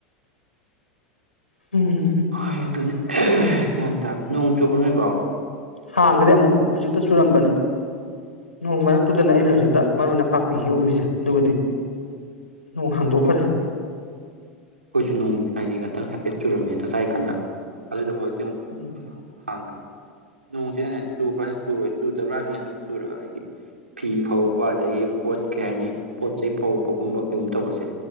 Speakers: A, on the left; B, on the right.
A: ꯎꯝ
B: ꯍꯣꯏ ꯑꯗꯨꯅꯦ ꯒ꯭ꯌꯥꯟ ꯇꯥꯗꯦ ꯅꯣꯡ ꯆꯨꯕ ꯅꯣꯏꯕꯣ
A: ꯍꯥꯡꯒ꯭ꯔꯦ ꯑꯃꯨꯛ ꯍꯧꯖꯤꯛꯇ ꯆꯨꯔꯝꯕꯅꯦ
B: ꯑꯩꯈꯣꯏꯁꯨ
A: ꯅꯣꯡ ꯃꯔꯛꯇꯨꯗꯅ ꯑꯩꯅ ꯍꯧꯖꯤꯛꯇ ꯃꯔꯨ ꯑꯣꯏꯅ ꯐ ꯄꯤꯍꯦꯧꯔꯤꯁꯦ ꯑꯗꯨꯒꯗꯤ ꯅꯣꯡ ꯍꯥꯡꯗꯣꯛꯈꯔꯦ
B: ꯑꯩꯈꯣꯏꯁꯨ ꯅꯣꯡ ꯍꯥꯏꯗꯤ ꯉꯥꯛꯇꯪ ꯍꯥꯏꯐꯦꯠ ꯆꯨꯔꯝꯃꯦꯅ ꯆꯥꯛ ꯆꯥꯏꯔꯤ ꯀꯥꯟꯗ ꯑꯗꯨꯗꯐ
A: ꯎꯝ
B: ꯍꯥꯡ ꯅꯣꯡꯁꯤ ꯆꯨꯕ꯭ꯔꯥ ꯆꯨꯔ ꯆꯨꯗꯕ꯭ꯔꯥ ꯁꯤꯅꯦ ꯑꯗꯨꯝ ꯆꯨꯔꯒ ꯍꯥꯏꯗꯤ ꯐꯤ ꯐꯧꯕ ꯑꯗꯒꯤ ꯄꯣꯠ ꯀꯩ ꯍꯥꯏꯅꯤ ꯄꯣꯠ ꯆꯩ ꯐꯧꯕꯒꯨꯝꯕ ꯀꯩꯒꯨꯝꯕ ꯇꯧꯕꯁꯦ